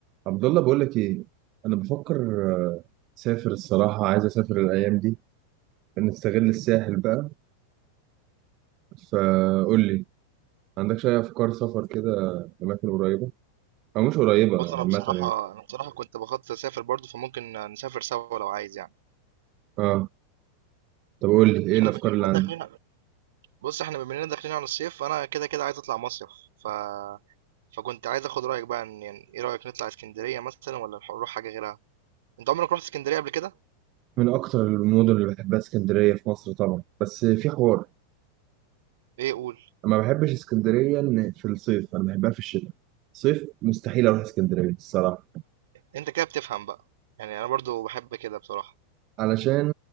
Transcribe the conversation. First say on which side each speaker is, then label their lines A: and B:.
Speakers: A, on the right; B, on the right.
A: عبد الله بقول لك ايه انا بفكر آه، اسافر الصراحه عايز اسافر الايام دي نستغل الساحل بقى فقول لي عندكش اي افكار سفر كده اماكن قريبه او مش قريبه
B: بُص أنا
A: عامه
B: بصراحة
A: يعني
B: أنا بصراحة كنت باخطط أسافر برضه، فممكن نسافر سوا لو عايز يعني،
A: اه طب قول لي
B: إحنا
A: ايه الافكار
B: بما إننا
A: اللي عندك
B: داخلين ع بُص إحنا بما إننا داخلين على الصيف، فأنا كده، كده عايز أطلع مصيف، ف فكنت عايز آخد رأيك بقى إن يعني إيه رأيك نطلع إسكندرية مثلًا والّا نح نروح حاجة غيرها؟ أنت عمرك رُحت إسكندرية قبل كده؟
A: من اكتر المدن اللي بحبها اسكندريه في مصر طبعا بس في حوار
B: إيه قُل،
A: انا ما بحبش اسكندريه إن في الصيف انا بحبها في الشتاء صيف مستحيل اروح اسكندريه الصراحه
B: أنت كده بتفهم بقى، يعني أنا برضه باحب كده بصراحة.
A: علشان